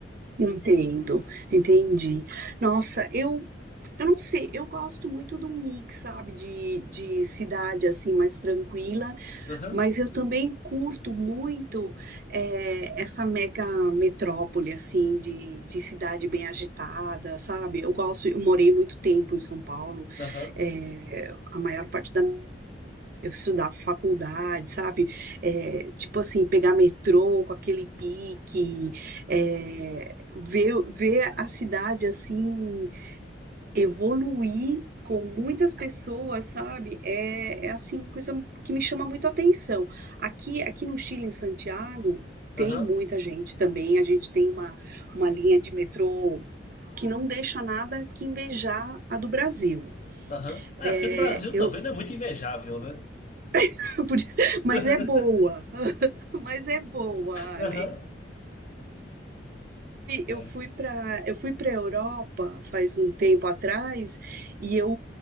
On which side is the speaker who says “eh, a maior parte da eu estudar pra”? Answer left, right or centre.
Right